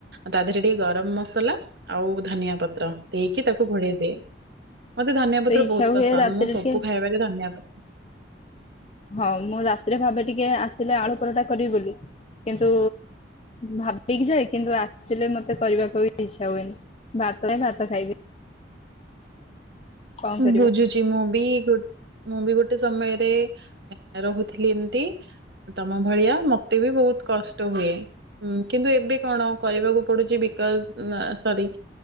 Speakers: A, on the right; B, on the left.
A: ତା ଦେହରେ ଟିକେ ଗରମ ମସଲା ଆଉ ଧନିଆ ପତ୍ର ଦେଇକି ତାକୁ ଘୋଡେଇଦିଏ। ମତେ ଧାନିଆ ପତ୍ର
B: ଇଚ୍ଛା
A: ବୋହୁ ପସନ୍ଦ
B: ହୁଏ ରାତିରେ
A: ମୁଁ ସବୁ
B: ଟିକେ
A: ଖାଇବାରେ ଧନଆ ପ
B: ହଁ ମୁଁ ରାତିରେ ଭାବେ ଟିକେ ଆସିଲେ ଆଳୁ ପରଟା କରିବି ବୋଲି। କିନ୍ତୁ ଭାବିକି ଯାଏ କିନ୍ତୁ ଆସିଲେ ମତେ କରିବାକୁ ବି ଇଚ୍ଛା ହୁଏନି ଭାତ ଏ ଭାତ ଖାଇବି। କଣ କରିବା
A: ବୁଝୁଛି ମୁଁ ବି ଗୋ ମୁଁ ବି ଗୋ ଗୋଟେ ସମୟରେ ରହୁଥିଲି ଏମତି ତମ ଭଳିଆ ମତେ ବି ବୋହୁତ କଷ୍ଟ ହୁଏ ହୁଁ କିନ୍ତୁ ଏବେ କଣ କରିବାକୁ ପଡୁଚି ବିକଜ ଆଁ ସରି